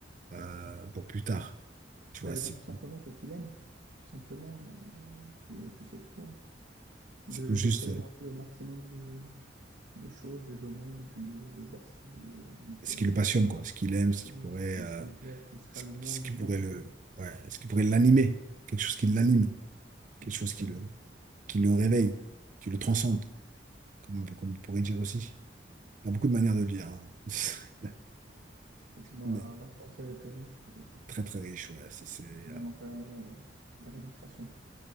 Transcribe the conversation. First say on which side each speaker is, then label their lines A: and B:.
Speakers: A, on the right; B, on the right.
A: euh, pour plus tard? Tu
B: Bah,
A: vois,
B: de
A: c'est
B: faire tout simplement ce qu'il aime, tout simplement, et puis, et puis c'est tout. hein.
A: c'est
B: De,
A: juste
B: d'expérimenter
A: euh,
B: le maximum de, de choses, de domaines, et puis de, de voir ce qui lui, lui plaît.
A: ce qui le passionne, quoi, ce qu'il aime, ce qui
B: Oui,
A: pourrait,
B: ce qui,
A: euh,
B: ce qui lui plaît, ce qui sera
A: ce,
B: le moins,
A: ce
B: le
A: qui
B: moins
A: pourrait
B: chiant.
A: le, ouais, ce qui pourrait l'animer, quelque chose qui l'anime,
B: Oui,
A: quelque
B: exactement.
A: chose qui le, qui le réveille, qui le transcende, comme, on peut- comme on pourrait dire aussi. Il y a beaucoup de manières de lire, hein. <laughs>
B: Oui, Effectivement,
A: Mais
B: la langue française est très riche
A: très très riche, ouais. ça c'est,
B: Je
A: euh,
B: viens d'en faire le- euh, la démonstration.